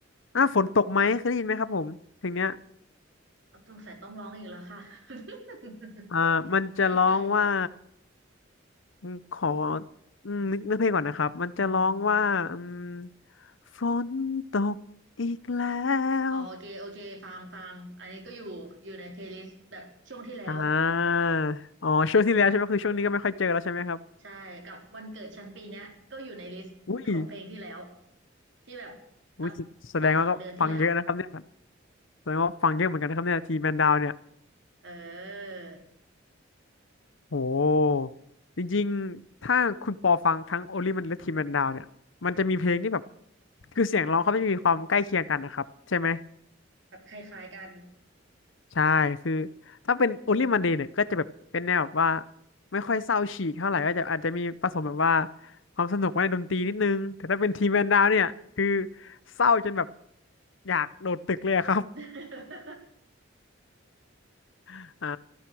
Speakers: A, on the left; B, on the right.
A: อ่าฝนตกไหมเคยได้ยินไหมครับผมเพลงเนี้ย
B: สงสัยต้องร้องอีกแล้วค่ะ <laughs>
A: อ่ามันจะร้องว่า
B: ไม่เคย
A: อืมขออืมนึกเนื้อเพลงก่อนนะครับ มันจะร้องว่าอืมฝนตกอีกแล้
B: อ๋อโอเคโอเคฟังฟังอันนี้ก็อยู่อยู่ในเพลย์ลิสต์แบบช่วงที่แล้ว
A: วอ่าอ๋อช่วงที่แล้วใช่ไหมคือช่วงนี้ก็ไม่ค่อยเจอแล้วใช่ไหมครับ
B: ใช่กับวันเกิดชั้นปีเนี้ยก็อยู่ในลิสต์ของเพลงที่แล้ว
A: อุ้ย
B: ที่แบบสักสองสามเดือนที่แล้ว
A: อุ้ยแสแสดงว่าก็ฟังเยอะนะครับเนี่ยแสดงว่าฟังเยอะเหมือนกันนะครับเนี่ยทีแมนดาวเนี่ย
B: เออ
A: โหจริงๆ ถ้าคุณปอฟังทั้งโอลิมันและทีแมนดาวเนี่ย มันจะมีเพลงที่แบบคือเสียงร้องเขาไม่มีความใกล้เคียงกันนะครับใช่ไหม
B: แบบคล้ายๆกัน
A: ใช่คือถ้าเป็น Only Monday เนี่ยก็จะแบบเป็นแนวแบบว่าไม่ค่อยเศร้าฉีกเท่าไหร่ก็จะอาจจะมีผสมแบบว่าความสนุกไว้ในดนตรีนิดนึง แต่ถ้าเป็นทีมแมนดาวเนี่ย คือเศร้าจนแบบอยากโดดตึกเลยอะครับ
B: <laughs>
A: <laughs> อ่า